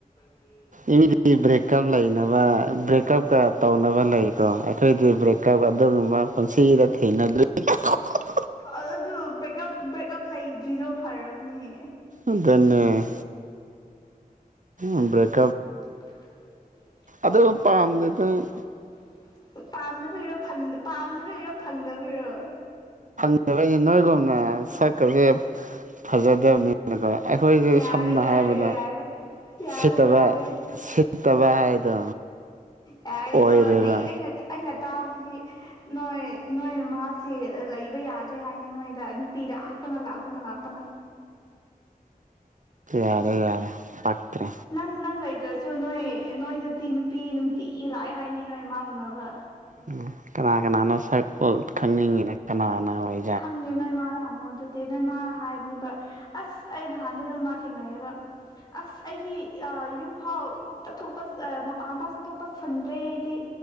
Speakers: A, on the left; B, on the right.
A: ꯗꯤ
B: ꯏꯃꯤꯗꯤꯗꯤ ꯕ꯭ꯔꯦꯛꯀꯞ ꯂꯩꯅꯕ ꯕ꯭ꯔꯦꯛꯀꯞꯀ ꯇꯧꯅꯕ ꯂꯩꯀꯣ ꯑꯩꯈꯣꯏꯗꯤ ꯕ꯭ꯔꯦꯛꯀꯞ ꯑꯗꯨꯒꯨꯝꯕ ꯄꯨꯟꯁꯤꯗ ꯊꯦꯡꯅꯗ꯭ꯔꯤ <inaudible>
A: ꯑꯗꯨ ꯕ꯭ꯔꯦꯛꯑꯞ ꯕ꯭ꯔꯦꯛꯑꯞ ꯂꯩꯗ꯭ꯔꯤꯗꯣ ꯐꯥꯔꯕꯅꯦ
B: ꯑꯗꯨꯅꯦ ꯑꯗꯥ
A: ꯑꯗꯥ ꯆꯠꯂꯒꯗꯤ
B: ꯑꯗꯨ ꯄꯥꯝꯗꯦꯗ
A: ꯑꯗꯨ ꯄꯥꯝꯗꯗꯅ ꯄꯥꯝꯗꯕꯩꯔꯣ ꯐꯪꯗ ꯄꯥꯝꯗꯕꯩꯔꯣ ꯐꯪꯗꯕꯩꯔꯣ
B: ꯑꯩꯅ ꯅꯣꯏꯒꯨꯝ ꯑꯥ ꯁꯛꯀꯁꯦ ꯐꯖꯗꯕꯅꯤꯅ ꯀꫭ ꯑꯩꯈꯣꯏꯁꯦ
A: ꯌꯥꯔꯦ
B: ꯁꯝꯅ
A: ꯌꯥꯔꯦ
B: ꯍꯥꯏꯔꯕꯗ
A: ꯌꯥꯔꯦ ꯌꯥꯔꯦ
B: ꯁꯤꯠꯇꯕ
A: ꯌꯥꯔꯦ
B: ꯁꯤꯠꯇꯕ ꯍꯥꯏꯗꯣ
A: ꯌꯥꯔꯦꯀꯣ
B: ꯑꯣꯏꯔꯦꯕ
A: ꯑꯩ ꯑꯩꯅ ꯇꯥ ꯑꯩꯅ ꯇꯥꯕꯗꯗꯤ ꯅꯣꯏ ꯅꯣꯏ ꯃꯥꯁꯦ ꯂꯩꯕ ꯌꯥꯗ꯭ꯔꯦ ꯍꯥꯏꯅꯦ ꯅꯣꯏꯗ ꯅꯨꯞ ꯄꯤ ꯂꯥꯛꯄꯅ ꯂꯥꯛꯄꯅ ꯂꯥꯛꯄꯅ
B: ꯌꯥꯔꯦ ꯌꯥꯔꯦ ꯄꯥꯛꯇ꯭ꯔꯦ
A: ꯅꯪ ꯅꯪ ꯂꯩꯇ꯭ꯔꯁꯨ ꯅꯣꯏ ꯅꯣꯏꯗꯗꯤ ꯅꯨꯄꯤ ꯅꯨꯡꯇꯤꯒꯤ ꯂꯥꯛꯑꯦ ꯍꯥꯏꯅꯤ ꯅꯣꯏ ꯃꯥ ꯎꯅꯕ
B: ꯑꫭ ꯀꯅꯥ ꯀꯅꯥꯅꯣ ꯁꯛ ꯑꫭ ꯈꯪꯅꯤꯡꯉꯤꯅ ꯀꯅꯥꯅ ꯑꯣꯏ
A: ꯈꯪꯗꯦ ꯅꯣꯏ ꯃꯥꯗ ꯍꯪꯉꯣ ꯑꯗꯨ ꯗꯦ ꯅꯣꯏꯃꯥꯅ ꯍꯥꯏꯕꯅꯦꯕ ꯑꯁ ꯑꯩ ꯅꯍꯥꯟꯗꯣ ꯅꯣꯏꯃꯥ ꯊꯦꯡꯅꯩꯑꯦꯕ ꯑꯁ ꯑꯩꯗꯤ ꯌꯨꯝꯐꯥꯎ꯫ ꯆꯠꯊꯣꯛꯄ ꯃꯄꯥꯟꯗ ꯆꯠꯊꯣꯛꯄ ꯁꯪꯗ꯭ꯔꯦ ꯑꯩꯏꯗꯤ